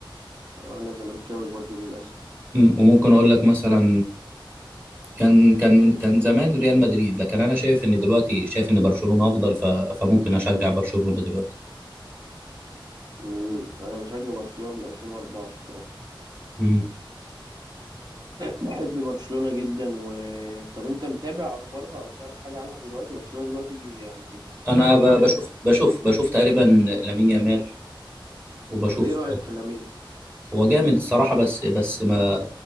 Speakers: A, on the right (about 50°); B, on the right (about 25°).
A: آه، أنا زملكاوي برضو للأسف
B: م- وممكن اقول لك مثلا كان كان من- كان زمان ريال مدريد لكن انا شايف ان دلوقتي شايف ان برشلونة افضل ف- فممكن اشجع برشلونة دلوقتي
A: مم. أنا بشجع برشلونة من 2004 الصراحة
B: مم.
A: بحب برشلونة جدا و طب أنت متابع أخبارها أو تعرف حاجة عنها دلوقتي؟ برشلونة دلوقتي جي- يعني
B: انا
A: جامدة
B: ب-
A: جدا
B: بشوف
A: يعني
B: بشوف بشوف تقريبا لامين يامال وبشوف
A: طب إيه رأيك في لامين؟
B: هو جامد الصراحة بس بس ما